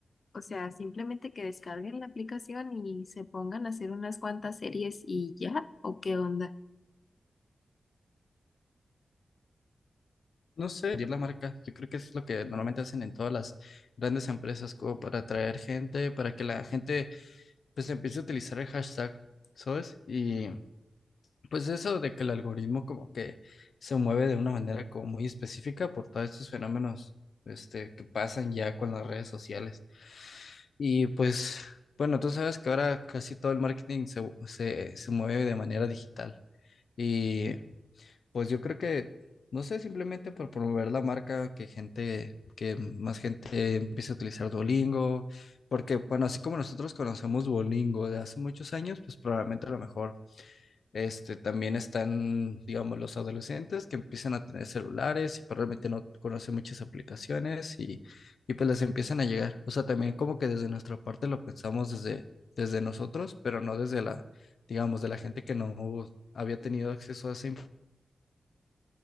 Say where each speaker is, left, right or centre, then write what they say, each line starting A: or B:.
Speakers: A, on the left; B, on the left.
A: o sea, simplemente que descarguen la aplicación y se pongan a hacer unas cuantas series y ya, ¿o qué onda?
B: No sé, dirigir la marca. Yo creo que es lo que normalmente hacen en todas las grandes empresas, como para atraer gente, para que la gente pues empiece a utilizar el hashtag, ¿sabes? Y pues eso de que el algoritmo como que se mueve de una manera como muy específica por todos estos fenómenos este, que pasan ya con las redes sociales. Y pues, bueno, tú sabes que ahora casi todo el marketing se, se, se mueve de manera digital. y pues yo creo que, no sé, simplemente por promover la marca, que gente, que más gente empiece a utilizar Duolingo, porque bueno, así como nosotros conocemos Duolingo de hace muchos años, pues probablemente a lo mejor este, también están, digamos, los adolescentes que empiezan a tener celulares y probablemente no conocen muchas aplicaciones y, y pues les empiezan a llegar. O sea, también como que desde nuestra parte lo pensamos desde, desde nosotros, pero no desde la, digamos, de la gente que no había tenido acceso a esa